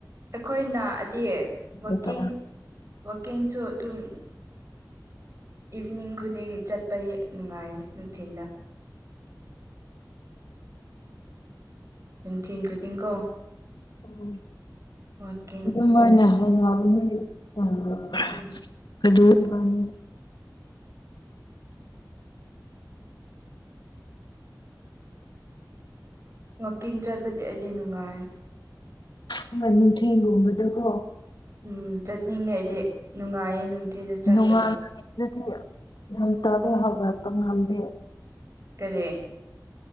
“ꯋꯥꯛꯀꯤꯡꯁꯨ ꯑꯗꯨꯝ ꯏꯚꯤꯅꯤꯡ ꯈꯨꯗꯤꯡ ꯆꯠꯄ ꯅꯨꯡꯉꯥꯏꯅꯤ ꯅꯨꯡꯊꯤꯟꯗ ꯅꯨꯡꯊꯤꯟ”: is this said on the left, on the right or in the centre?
Right